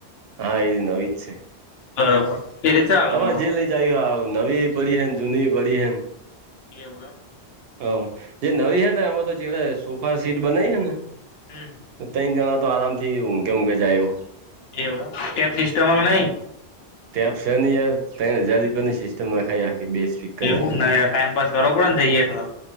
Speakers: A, on the right; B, on the left.
A: હા એ નવઈચછે.
B: બરોબર એ રીતે ચાલે
A: તમારે
B: આમ તો
A: જે લઈ જઈ આવ નવી પડી હને જૂની પડી
B: એવું એ
A: હ જે નવી હે ને એમાં તો જે સોફા સીટ બનાવી હ ને
B: હમ
A: તો ત જણ તો આરામ થી ઊ કે કે જાય એવુ
B: એવ કેપ સિસ્ટમંગ નહી.
A: ટટેપ છે યાર ત જદી પણ સિસ્ટમ નાખાય આખી બેસ ફિક્કર
B: એવું
A: નાખાય.
B: ટાઈમપાસ કરવો પડેન જઈએ એટલો,